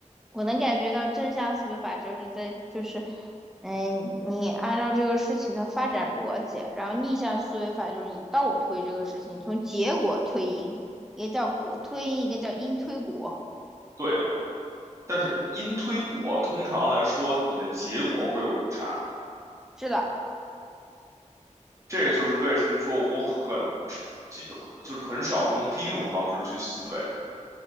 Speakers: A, in the centre; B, on the right.
A: 我能感觉到正向思维法就是在就是，嗯，你按照这个事情的发展逻辑，然后逆向思维法就是你倒推这个事情，从结果推因，一个叫果推因，一个叫因推果，
B: 对的，但是因推果通常来说，你的结果会有误差。
A: 是的，
B: 这个就是为什么说我很，就就是很少用第一种方式去思维。